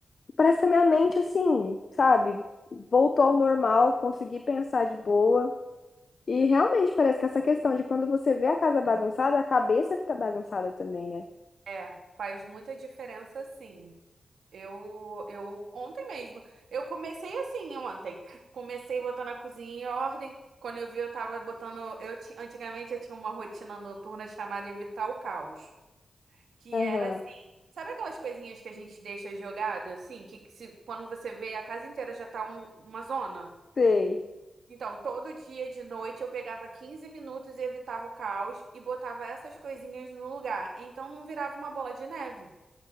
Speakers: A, on the left; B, on the right.
A: Parece que a minha mente, assim, sabe, voltou ao normal, consegui pensar de boa. E realmente parece que essa questão de quando você vê a casa bagunçada, a cabeça fica bagunçada também, né?
B: É, faz muita diferença, sim. Eu, eu, ontem mesmo, eu comecei assim ontem. Comecei botando a cozinha em ordem. Quando eu vi, eu tava botando. Eu, ti- antigamente eu tinha uma rotina noturna chamada Evitar o Caos. Que
A: Aham.
B: era assim. Sabe aquelas coisinhas que a gente deixa jogada, assim? Que, que se, quando você vê, a casa inteira já tá um- uma zona.
A: Sei.
B: Então, todo dia de noite eu pegava 15 minutos e evitava o caos e botava essas coisinhas no lugar. Então não virava uma bola de neve.